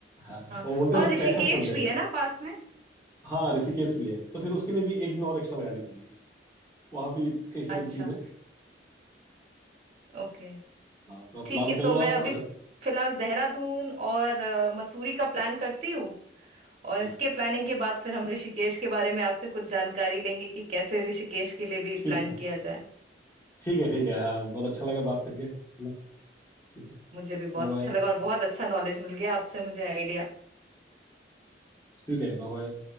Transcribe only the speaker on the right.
हाँ
और
ऋषिकेश
भी है ना पास में
अच्छा
ओके
ठीक
है
तो
मैं
अभी
फिलहाल देहरादून और अ, मसूरी का प्लान करती हूँ और
इसके
प्लानिंग के बाद फिर हम ऋषिकेश के बारे में आपसे कुछ जानकारी लेंगे कि कैसे ऋषिकेश के लिए भी
प्लान
किया जाए
मुझे भी बहुत
अच्छा लगा और बहुत अच्छा नॉलेज मिल गया आपसे मुझे आइडिया